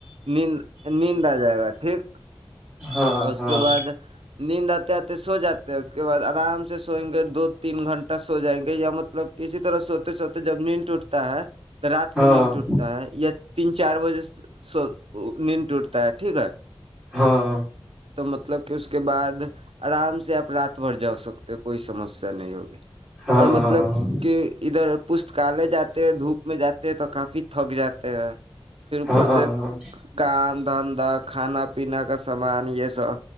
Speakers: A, on the right; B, in the centre.
A: ند نیند آ جائے گا ٹھیک
B: ہاں
A: اور اس
B: ہاں
A: کے بعد نیند آتے آتے سو جاتے ہیں اس کے بعد آام سے سوئنگت بھی دو تین گنٹہ سے ہو جائیں گے یا مب مطلب کسی طرح سوتے سوتے جب نیند ٹوٹتے ہے تو رات کو
B: ہاں
A: نیند ٹوٹتا ہے یا تین چار بجے <inaudible> نیند ٹوٹتا ہے ٹھیک ہے
B: ہاں
A: تو مطلب کہ اس کے بعد آرام سے آپ رات بھر جا سکتے کوئی سمسیا نہیں ہوگی
B: ہاں
A: اور مطلب کہ ادھر پستکالے جاتا دھوپ میں جاتے ہیں تو کافی تھک جاتا پھر اوپر
B: ہاں
A: سے کام دھندا کھانا پینا کا سامان یہ سب